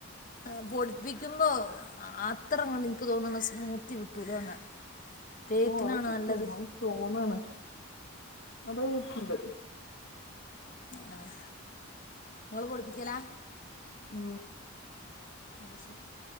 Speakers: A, on the left (about 40°); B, on the left (about 55°).
A: എഹ് പൊട് പ്പിക്കുമ്പോ അത്രങ്ങൻക്ക് തോന്ന്ണെ സ്മൂത്തി കിട്ടൂലാന്ന പേക്കിനാണോ
B: ഓ അത് കിട്ടും
A: നല്ലത്
B: അത് തോന്നാണ് അത ണ്ട്
A: ആഹ് ങ്ങള് പൊഠിപ്പിക്കലാ
B: ഉം
A: അഹ് ശരി